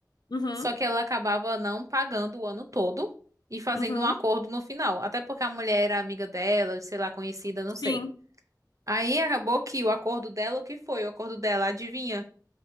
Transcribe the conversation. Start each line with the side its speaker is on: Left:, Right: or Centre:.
Left: uhum,
Right: só que ela acabava não pagando o ano todo e fazendo
Left: uhum.
Right: um acordo no final, até porque a mulher era amiga dela, sei lá, conhecida, não
Left: Sim.
Right: sei. Aí acabou que o acordo dela, o que foi? O acordo dela, adivinha?